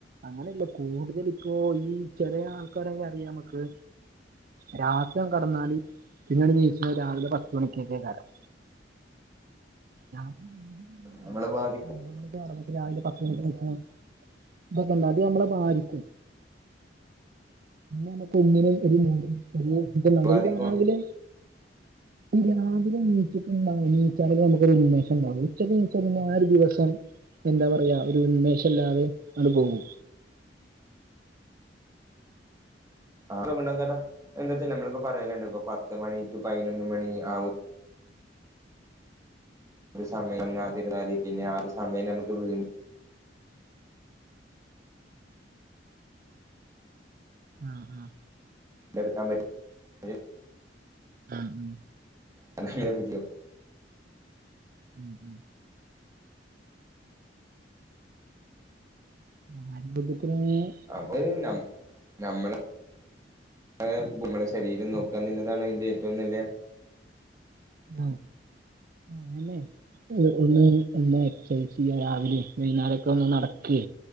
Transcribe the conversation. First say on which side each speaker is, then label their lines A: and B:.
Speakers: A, on the right; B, on the right.
A: അങ്ങനെയല്ലേ കൂടുതല് ഇപ്പോ ഈ ചെലെ ആൾക്കാരെ ഈ അറിയാ മ്മക്ക് രാത്രി ഒന്ന് കടന്നാല് പിന്നണ്ട് നീച്ച്ണത് രാവിലെ പത്ത് മണിക്കൊക്കെക്കാരം രാ <unintelligible> ഒമ്പത്
B: നമ്മളെ ബാധിക്കും
A: മണിക്ക് ഒറങ്ങിട്ട് രാവിലെ പത്ത് മണിക്കാ നീച്ച്ണെ ഇതൊക്കെ എന്താ ഇത് നമ്മളെ ബാധിക്കും പിന്ന നമക്ക് ഒന്നിനും ഒരു മൂഡ് <unintelligible> ഇത് ണ്ടാവുല
B: ബാധിക്കും
A: ഈ രാവിലെ ഈ രാവിലെ എണീറ്റിട്ടുണ്ടാവും ണീറ്റാല് നമ്മ ഒരു ഉന്മേഷം ഉണ്ടാവും ഉച്ചക്ക് നീച്ചാ പിന്നെ ആ ഒരു ദിവസം എന്താ പറയാ ഒരു ഉന്മേഷം ഇല്ലാതെ ആണ്ട് പോവും.
B: ആള് മുന്നത്തന്നെ എന്തച്ചാ നമ്മള്പ്പ പറയലുണ്ട് ഇപ്പം പത്ത് മണി ടു പതിനൊന്ന് മണി ആ ഒ ഒരു സമയം അതിരുന്നാല് പിന്നെ ആ ഒരു സമയം നമുക്ക് വീൻ
A: ആഹ് ആഹ്
B: എടുക്കാൻ പറ്റി <unintelligible>
A: <inaudible>
B: അ <unintelligible>
A: <unintelligible> <unintelligible>
B: അത് ഞം ഞമ്മള് ഏ മ്മളെ ശരീരം നോക്കാ എന്നുള്ളതാണ് അതിന്റെ ഏറ്റവും നല്ല
A: ആഹ് ആണല്ലേ ഒന്ന് ഒന്ന് എക്സർസൈസ് ചെയ്യ് രാവിലെ വൈകുന്നേരം ഒക്കെ ഒന്ന് നടക്കെ